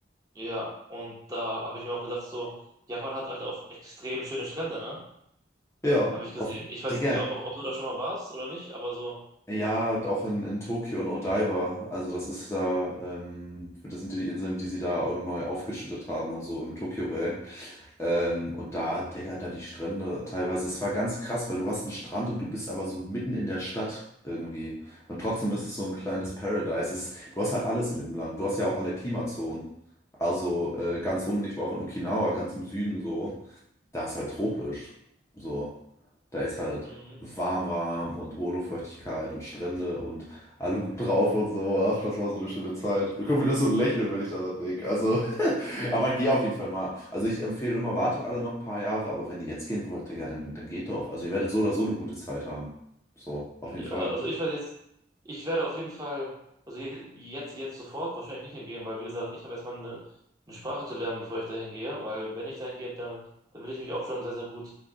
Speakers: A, on the right (about 20°); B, on the left (about 15°).
A: ja, und da habe ich mir auch gedacht, so, Japan hat halt auch extrem schöne Strände, ne?
B: Ja,
A: Habe ich gesehen.
B: auf,
A: Ich weiß
B: Digga,
A: nicht, ob, ob du da schon mal warst oder nicht, aber so,
B: ja, auch in, in Tokio und Odaiba. Also, das ist da, ähm, das sind die Inseln, die sie da auch neu aufgeschüttet haben und so im Tokyo Bay. Ähm, und da, Digga, da die Strände teilweise, es war ganz krass, weil du hast einen Strand und du bist aber so mitten in der Stadt irgendwie. Und trotzdem ist es so ein kleines Paradise. Es, du hast halt alles in dem Land. Du hast ja auch alle Klimazonen. Also äh, ganz unten, ich war auch in Okinawa, ganz im Süden so da ist halt tropisch. So, da ist halt
A: mhm.
B: warm, warm und hohle Feuchtigkeit und Strände und alle gut drauf und so. Ach, das war so eine schöne Zeit. Bekomme wieder so ein Lächeln, wenn ich daran denke. Also, <laughs> aber geh auf jeden Fall mal. Also, ich empfehle immer, wartet alle noch ein paar Jahre, aber wenn ihr jetzt gehen wollt, Digga, dann, dann geht doch. Also, ihr werdet so oder so eine gute Zeit haben. So, auf
A: Ja,
B: jeden Fall.
A: also ich werde jetzt, ich werde auf jeden Fall, also je- jetzt, jetzt sofort wahrscheinlich nicht hingehen, weil wie gesagt, ich habe erstmal eine, eine Sprache zu lernen, bevor ich dahin gehe, weil wenn ich dahin gehe, dann, dann will ich mich auch schon sehr, sehr gut